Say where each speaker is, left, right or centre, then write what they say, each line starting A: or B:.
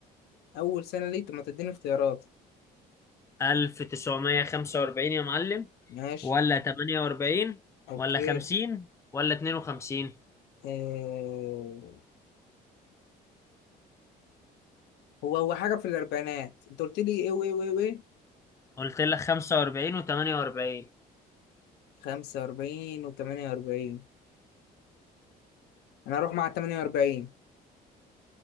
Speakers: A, on the left; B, on the left.
A: أول سنة ليك طب ما تديني اختيارات
B: 1945 يا معلم
A: ماشي
B: ولا 48
A: أوكي
B: ولا 50 ولا 52
A: آه... هو هو حاجة في الأربعينات أنت قلت لي إيه وإيه وإيه وإيه
B: قلت لك 45 و48
A: خمسة وأربعين وتمانية وأربعين أنا هروح مع تمانية وأربعين